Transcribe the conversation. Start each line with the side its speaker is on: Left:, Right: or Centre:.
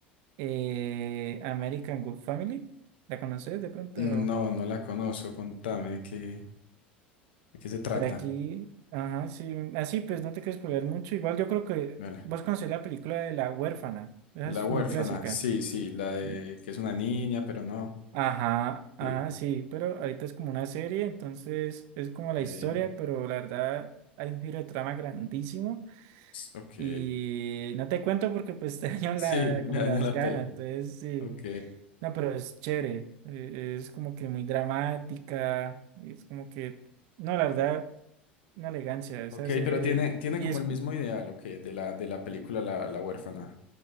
Right: eh, American Good Family, ¿la conoces de pronto?
Left: No, no la conozco, contame de qué, de qué se trata.
Right: Pero aquí, ajá, sí, así pues no te quieres spoilear mucho. Igual yo creo que
Left: vale
Right: vas a conocer la película de La Huérfana, esa
Left: La
Right: es
Left: huérfana,
Right: muy clásica.
Left: sí, sí, la de
Right: ¿sí?
Left: que es una niña, pero no.
Right: Ajá, ajá,
Left: Sí.
Right: sí, pero ahorita es como una serie, entonces es como la
Left: eh,
Right: historia, pero la verdad hay un giro de trama grandísimo
Left: Ok.
Right: y no te cuento porque pues <laughs> te daño
Left: Sí,
Right: la,
Left: <laughs> me
Right: como
Left: daña
Right: las
Left: la
Right: ganas,
Left: peli.
Right: entonces sí,
Left: Ok.
Right: no, pero es chévere, eh, es como que muy dramática, es como que, no, la verdad, una elegancia esa
Left: Ok,
Right: serie
Left: pero tiene, tiene
Right: y
Left: como
Right: es
Left: el mismo ideal, ok, de la, de la película La, La huérfana.